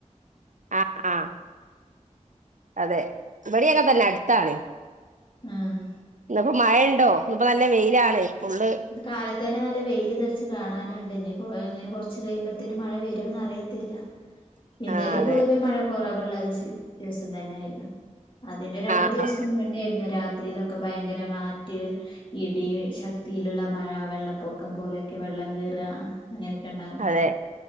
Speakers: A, on the right (about 75°); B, on the left (about 40°).
A: ആഹ് ആഹ് അതെ ഇവടിം അങ്ങൻതന്നെ അട്ത്താണ്
B: ആഹ്
A: ഇന്ന് ഇപ്പൊ മഴ ഇണ്ടോ ഇന്ന് ഇപ്പ നല്ല വെയ്ലാണ് ഫുള്ള്
B: ഇന്ന് കാലത്തേനെ നല്ല വെയ്ല് തെർച്ച് കാണാന് ഇണ്ട് ഇഞ്ഇപ്പൊ എങ്ങനെ കൊർച്ച് കയ്യുമ്പത്തേനും മഴ വെരോന്ന് അറിയത്തില്ല ഇന്നലി
A: ആഹ് അതെ
B: പൊതുവേ മഴ കൊറവ്ള്ള ദിസി ദിവസം തന്നെ ആയിര്ന്നു അതിന്റെ രണ്ടു
A: ആഹ്
B: ദിവസം മുന്നെ ആയിരുന്നു രാത്രിയിലൊക്കെ ഭയങ്കര മാറ്റ് ഇടി ശക്തിയില്ള്ള മഴ വെള്ളപ്പൊക്കം പോലെ ഒക്കെ വെള്ളം കേറാ അങ്ങനെക്കെ ഇണ്ടാ
A: അതെ